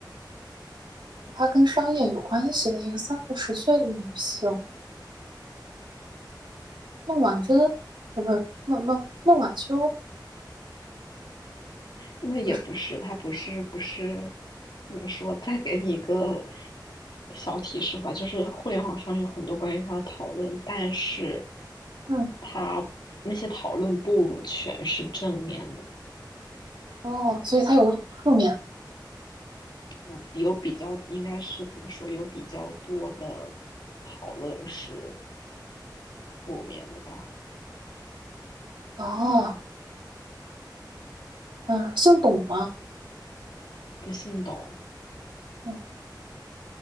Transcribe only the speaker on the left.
那也不是，
他不是不是怎么说？再给你一个小提示吧，就是互联网上有很多关于他的讨论，但是
他那些讨论不全是正面的，
有有比较应该是怎么说？有比较多的讨论是负面的吧？
不信懂，